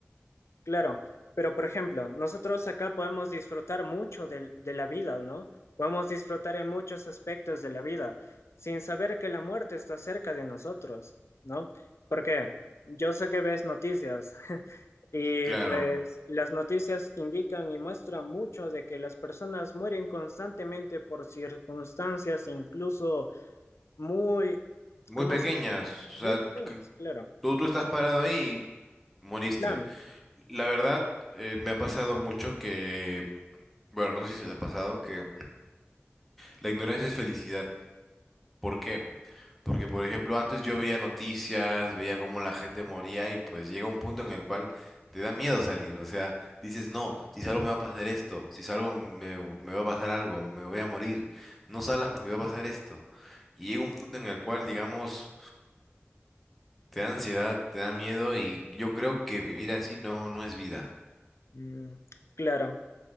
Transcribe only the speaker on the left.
Claro, pero por ejemplo, nosotros acá podemos disfrutar mucho del- de, la vida, ¿no? Podemos disfrutar en muchos aspectos de la vida sin saber que la muerte está cerca de nosotros, ¿no? Porque yo sé que ves noticias <laughs> y
pues las noticias indican y muestran mucho de que las personas mueren constantemente por circunstancias incluso muy,
¿cómo
se?
Muy pequeñas, claro.
Plan,
mm, claro.